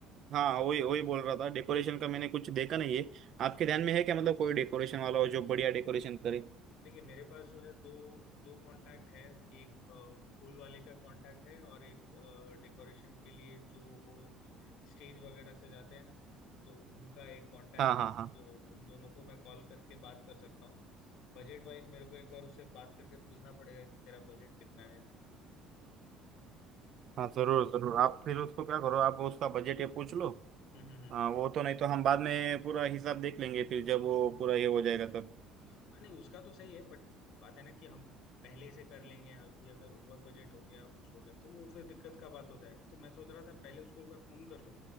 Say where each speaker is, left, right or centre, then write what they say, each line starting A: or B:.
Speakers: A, on the right; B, on the left.
A: हाँ वही वही बोल रहा था डेकोरेशन का मैंने कुछ देखा नहीं है आपके
B: हाँ हाँ
A: ध्यान में है क्या मतलब कोई डेकोरेशन वाला हो जो बढ़िया डेकोरेशन करे
B: देखिए मेरे पास जो है दो दो कांटेक्ट है एक अ, फूल वाले का कांटेक्ट है और एक डेकोरेशन के लिए जो वो स्टेज वगैरह सजाते हैं ना तो उनका एक कांटेक्ट
A: हाँ हाँ
B: है
A: हाँ
B: तो उन दोनों को मैं कॉल करके बात कर सकता हूँ बजट वाइज मेरे को एक बार उससे बात करके पूछना पड़ेगा कि तेरा बजट कितना है
A: हाँ जरूर जरूर आप फिर उसको क्या करो आप उसका बजट ये पूछ लो
B: हम्म हम्म
A: हाँ वो तो नहीं तो हम बाद में पूरा हिसाब देख लेंगे फिर जब वो पूरा ये हो जाएगा तब
B: हाँ नहीं उसका तो सही है बट बात है ना कि हम पहले से कर लेंगे अभी अगर ओवर बजट हो गया कुछ हो गया तो वो फिर दिक्कत का बात हो जाएगा तो मैं सोच रहा था पहले उसको एक बार फोन कर लूँ